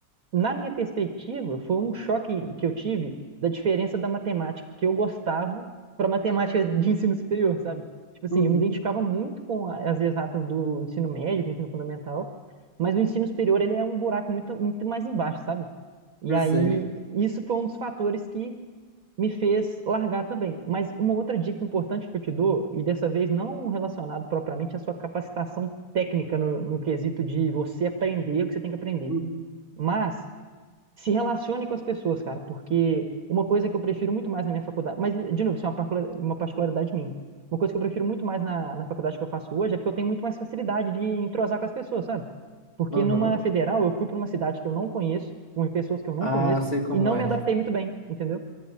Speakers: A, on the right; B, on the left.
A: na minha perspectiva, foi um choque que eu tive da diferença da matemática que eu gostava para matemática de ensino superior, sabe? Tipo assim,
B: Uhum.
A: eu me identificava muito com a- as exatas do ensino médio, do ensino fundamental, mas o ensino superior ele é um buraco muito, muito mais embaixo, sabe? E
B: Eu
A: aí,
B: sei.
A: isso foi um dos fatores que me fez largar também. Mas uma outra dica importante que eu te dou, e dessa vez não relacionado propriamente à sua capacitação técnica no, no quesito de você aprender o que você tem que aprender,
B: Uhum.
A: mas se relacione com as pessoas, cara, porque uma coisa que eu prefiro muito mais na minha faculdade, mas de novo, isso é uma parcula- uma particularidade minha. Uma coisa que eu prefiro muito mais na, na faculdade que eu faço hoje é porque eu tenho muito mais facilidade de entrosar com as pessoas, sabe? Porque
B: Aham.
A: numa federal eu fui para uma cidade que eu não conheço, com pessoas que eu não
B: Ah,
A: conheço,
B: sei como
A: e não
B: é.
A: me adaptei muito bem, entendeu?